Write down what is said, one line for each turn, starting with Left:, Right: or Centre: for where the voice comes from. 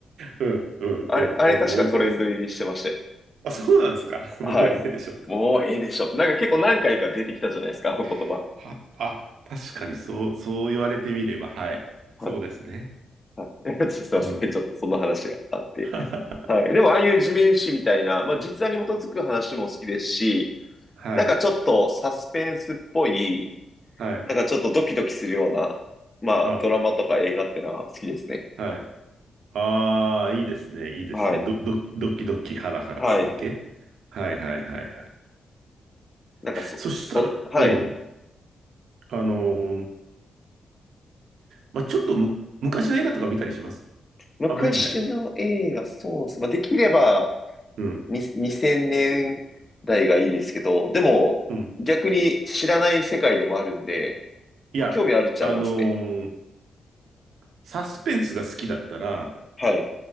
Right: うん、うん、
Left: あれ、
Right: うん、
Left: あれ確かトレンド入りしてましたよ。
Right: うん。覚えてます。あ、そうなんですか。<laughs>
Left: はい。
Right: もういいでしょう。
Left: もうええでしょ。なんか結構何回か出てきたじゃないですか、あの言葉。
Right: <laughs> は、あ、確かにそう、そう言われてみれば、はい。
Left: はい。
Right: そうですね。
Left: はい。<laughs> ちょっとすいません。
Right: うん。
Left: ちょっとその話があって。
Right: <laughs>
Left: はい。でもああいう地面師みたいな、まあ実話に基づく話も好きですし、
Right: はい、
Left: なんかちょっとサスペンスっぽい、
Right: はい。
Left: なんかちょっとドキドキするような、まあドラマとか映画っていうのは好きですね。
Right: あ、はい。ああ、いいですね、いいですね。
Left: はい。
Right: ど、どき、ドキドキハラハラする系。
Left: はい。
Right: はいはいはいはい。
Left: なんかそ、
Right: そしたら、
Left: そ、はい。
Right: うん。あのーまあ、ちょっとむ、昔の映画とか見たりします
Left: 昔の映画、
Right: あんまり見ない。
Left: そうっす。まあできれば、
Right: うん。
Left: に2000年代がいいですけど、でも逆に知らない世界でもあるんで、
Right: うん。いや、
Left: まあ、興味あるっちゃありますね。
Right: あのーサスペンスが好きだったら、
Left: はい。